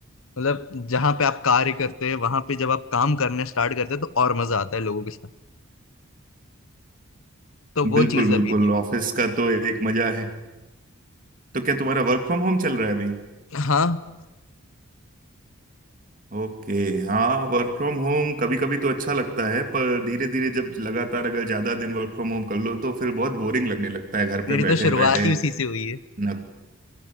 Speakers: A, on the left; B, on the right.
A: मतलब जहाँ पे आप कार्य करते हैं वहां पे जब आप काम करने स्टार्ट करते हैं तो और मजा आता है लोगों के साथ तो वो
B: बिल्कुल
A: चीज
B: बिल्कुल
A: अभी नहीं
B: ऑफिस का तो एक मजा है तो क्या तुम्हारा वर्क फ्रॉम होम चल रहा है अभी
A: हुई है। हाँ
B: ओके हाँ वर्क फ्रॉम होम कभी कभी तो अच्छा लगता है पर धीरे धीरे जब लगातार अगर ज्यादा दिन वर्क फ्रॉम होम कर लो तो फिर बहुत बोरिंग लगने लगता है घर
A: मेरी
B: पे बैठे
A: तो शुरुआत
B: बैठे
A: ही उसी से हुई है
B: ना